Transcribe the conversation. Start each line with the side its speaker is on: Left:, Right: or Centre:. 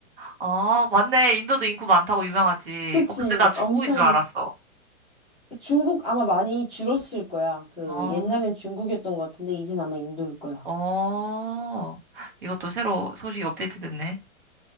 Right: 아, 맞네. 인도도 인구 많다고 유명하지.
Centre: 그치,
Right: 어, 근데 나 중국인
Centre: 엄청,
Right: 줄 알았어.
Centre: 많- 중국 아마 많이 줄었을 거야. 그,
Right: 어,
Centre: 옛날엔 중국이었던 것 같은데, 이젠 아마 인도일 거야.
Right: 어, 이것도 새로 소식이 업데이트 됐네.